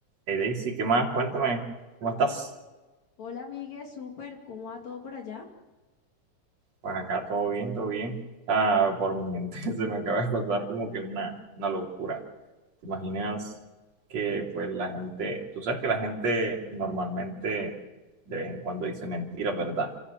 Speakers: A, on the right (about 60°); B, on the left (about 65°).
A: Hey Daisy, ¿qué más? Cuéntame, ¿cómo estás?
B: Hola, amigue, súper, ¿cómo va todo por allá?
A: Pues acá todo bien, todo bien. Ah, por mi mente <laughs> se me acaba de pasar como que una, una locura. ¿Te imaginas que pues la gente, tú sabes que la gente normalmente de vez en cuando dice mentiras, ¿verdad?